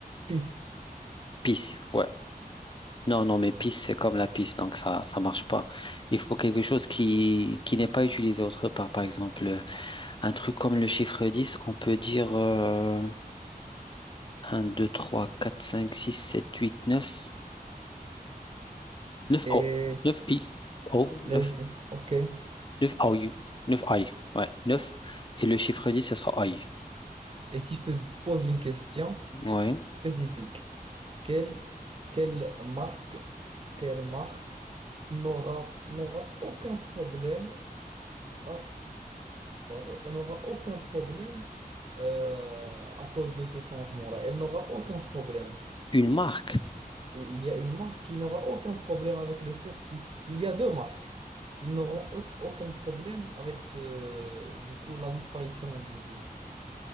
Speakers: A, on the right; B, on the left.
A: pis
B: pis, ouais. Non, non, mais pis, c'est comme la pisse, donc ça ça marche pas. Il faut quelque chose qui, qui n'est pas utilisé autre part, par exemple. Un truc comme le chiffre 10, on peut dire euh, 1, 2, 3, 4, 5, 6, 7, 8, neuf 9
A: et
B: O. 9 I. O. neuf
A: 9. Ok.
B: 9 OU. 9 I. Ouais, neuf Et le chiffre dix ce sera I.
A: Et si je te pose une question
B: Ouais.
A: spécifique, quelle, quelle marque, quelle marque n'aura, n'aura aucun problème, ah, pardon, n'aura aucun problème euh, à cause de ce changement-là. Elle n'aura aucun problème.
B: Une marque.
A: Oui, il y a une marque qui n'aura aucun problème avec le fait qu'il il y a deux marques. Ils n'auront au- aucun problème avec ce, du coup, la disparition du 10.